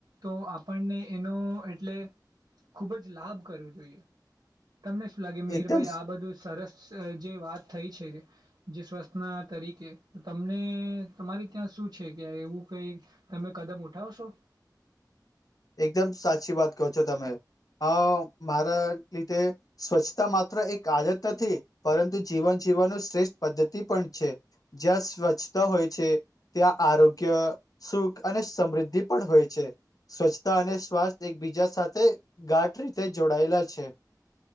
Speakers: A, on the right; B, on the left.
A: તો આપણને એનો એટલે ખૂબ જ લાભ કરવો જોઈએ. તમને શું લાગે મિહીરભાઈ
B: એકદમ
A: આ બધું સરસ જે વાત થઈ છે જે સ્વસ્થનાં તરી તમને તમારી ત્યાં શું છે કે એવું કઈ તમે કદમ ઉઠાવશો? <inaudible>
B: એકદમ સાચી વાત કહો છો તમે હ મારા લીધે સ્વચ્છતા માત્ર એક આદત નથી પરંતુ જીવન જીવાનો શ્રેષ્ઠ પદ્ધતિ પણ છે જ્યાં સ્વચ્છતા હોય છે ત્યાં આરોગ્ય સુખ અને સમૃદ્ધિ પણ હોય છે સ્વચ્છતા અને સ્વાસ્થ્ય એકબીજા સાથે ગાઢ રીતે જોડાયેલા છે